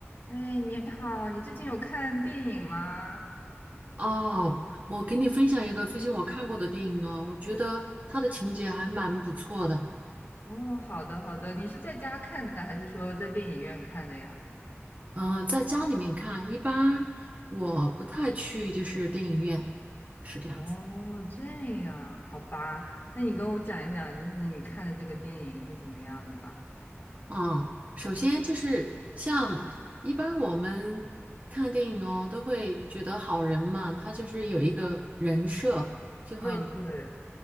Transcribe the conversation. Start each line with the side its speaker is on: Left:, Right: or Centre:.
Left: 哎，你好，你最近有看电影吗？
Right: 哦，我给你分享一个最近我看过的电影啊，我觉得它的情节还蛮不错的。
Left: 哦，好的好的，你是在家看的还是说在电影院看的呀？
Right: 嗯，在家里面看，一般我不太去，就是电影院，是这样子。
Left: 哦，这样，好吧，那你跟我讲一讲，就是你看的这个电影是怎么样的吧？
Right: 啊，首先就是像一般我们看电影哦，都会觉得好人嘛，他就是有一个人设。就。
Left: 嗯，对，嗯